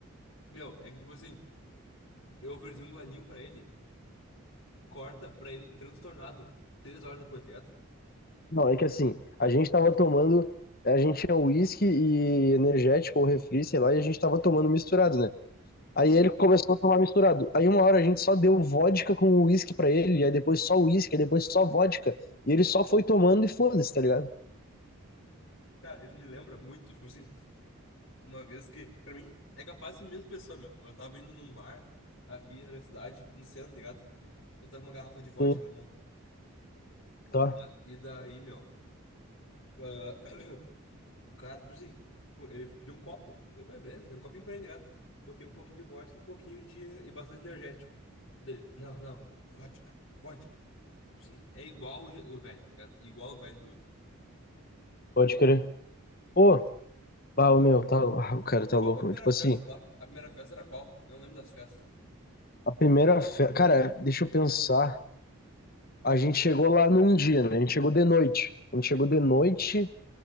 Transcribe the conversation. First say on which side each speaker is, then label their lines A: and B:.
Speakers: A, on the left; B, on the left.
A: Meu, é que tipo assim, eu ofereci um guaninho pra ele, corta pra ele transtornado um, três horas depois, tá ligado?
B: Não, é que assim, a gente tava tomando, a gente tinha uísque e energético ou refri, sei lá, e a gente tava tomando misturado, né? Aí ele começou a tomar misturado. Aí uma hora a gente só deu vodka com uísque pra ele, aí depois só uísque, aí depois só vodka. E ele só foi tomando e foda-se, tá ligado?
A: Cara, ele me lembra muito, tipo assim, uma vez que, pra mim, é capaz de ser a mesma pessoa, meu. Mas eu tava indo num bar aqui na minha cidade, no centro, tá ligado? Eu tava com uma garrafa de vodka
B: Sim,
A: na mão.
B: tá,
A: E, da- e daí, meu, ah, <coughs> <clears throat> o cara, tipo assim, ele pediu um copo. Eu, "Bem, beleza, dei um copinho pra ele, tá ligado? Botei um pouquinho de vodka e um pouquinho de. e bastante energético. Dele, não, não, vodka, vodka. Sim, é igual o, je- o velho, tá ligado? Igual o velho do Wiki.
B: pode crer. Pô, Ah, o meu, tá, ah, o cara tá louco,
A: Qual foi a primeira
B: meu. Tipo
A: festa
B: assim,
A: lá? A primeira festa era qual? Eu não lembro das festas.
B: a primeira festa. Cara, deixa eu pensar. A gente chegou lá num dia, né? A gente chegou de noite. A gente chegou de noite,